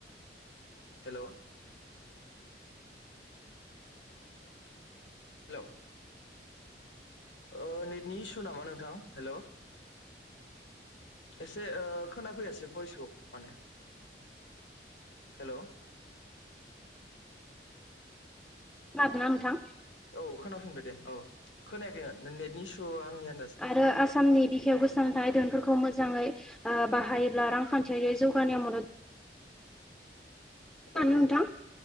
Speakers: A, on the left (about 80°); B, in the centre.
A: हेल' हेलौ ओ नेटनि इसु नामा नोंथां हेल' एसे ओ खोनाफैयासै भयसखौ माने हेल'
B: खोनादोना नोंथां?
A: औ खोनाफिनबाय दे औ खोनायाखैमोन नेटनि इसु आंनिया
B: आरो आसामनि बिखायाव गोसानानै थानाय दोहोनफोरखौ मोजाङै ओ बाहायो अब्ला रांखान्थियारि जौगानायाव मदद खोनादोंना
A: ओ
B: नोंथां